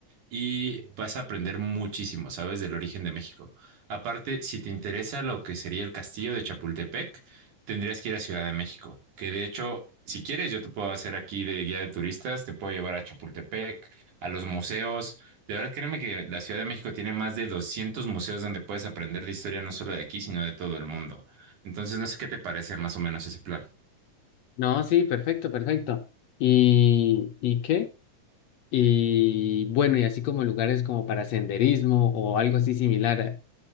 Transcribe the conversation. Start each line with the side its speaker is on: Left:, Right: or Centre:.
Right: y vas a aprender muchísimo, ¿sabes? Del origen de México. Aparte, si te interesa lo que sería el castillo de Chapultepec, tendrías que ir a Ciudad de México, que de hecho, si quieres, yo te puedo hacer aquí de guía de turistas, te puedo llevar a Chapultepec, a los museos. De verdad, créeme que la Ciudad de México tiene más de 200 museos donde puedes aprender de historia no solo de aquí, sino de todo el mundo. Entonces, no sé qué te parece más o menos ese plan.
Left: No, sí, perfecto, perfecto. ¿Y, y qué? Y bueno, y así como lugares como para senderismo o algo así similar.